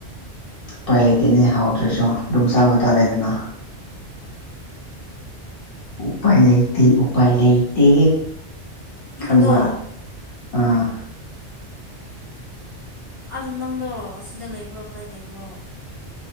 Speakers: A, on the left; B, on the right.
A: ꯎꯄꯥꯏ ꯂꯩꯇꯦꯅꯦ ꯍꯥꯎꯇꯔꯥꯁꯨ ꯑꯗꯨꯝ ꯆꯥꯕ ꯇꯥꯔꯦꯗꯅ ꯎꯄꯥꯏ ꯂꯩꯇꯦ ꯎꯄꯥꯏ ꯂꯩꯇꯦ ꯈꯪ꯭ꯕꯔꯥ
B: ꯑꯗꯣ
A: ꯑꯥ
B: ꯑꯗꯨ ꯅꯪꯗꯣ ꯁꯤꯗ ꯂꯩꯕ꯭ꯔꯣ ꯀꯗꯥꯏ ꯂꯩꯕ꯭ꯔꯣ